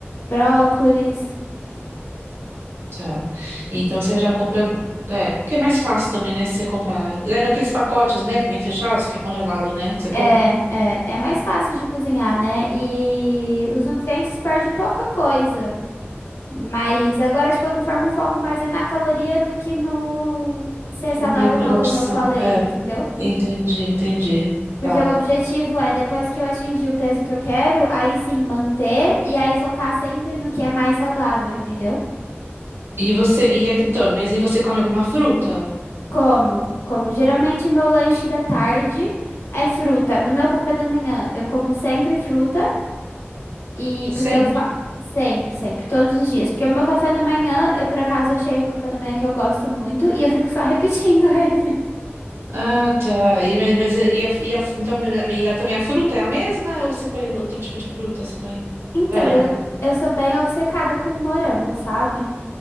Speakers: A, on the left; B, on the right.
A: brócolis.
B: Tá. E Então você já compra. É, que é mais fácil também, né? Se você comprar. É naqueles pacotes, né? Que vem fechados, que é congelado, né? Que você
A: É,
B: compra.
A: é, é mais fácil de cozinhar, né? E os nutrientes perdem pouca coisa. Mas agora, de qualquer forma, o foco mais é na caloria do que no ser saudável,
B: Na,
A: não,
B: na
A: como
B: opção.
A: eu falei,
B: É,
A: entendeu?
B: entendi, entendi.
A: Porque
B: Tá.
A: o objetivo é, depois que eu atingir o peso que eu quero, aí sim manter e aí focar sempre no que é mais saudável, entendeu?
B: E você. E aí, então, mas e você come alguma fruta?
A: Como? Como geralmente meu lanche da tarde é fruta. No meu café da manhã, eu como sempre fruta e
B: Sempre.
A: porque eu fa... sempre, sempre, todos os dias, porque o meu café da manhã, eu por acaso achei um café da manhã que eu gosto muito e eu fico só repetindo <laughs> ele.
B: Ah, tá. E, mas mas e a, e a- então, e a- também a fruta é a mesma ou você põe outro tipo de fruta? Você põe
A: Então,
B: variada?
A: eu, eu sou bem obcecada com morango, sabe?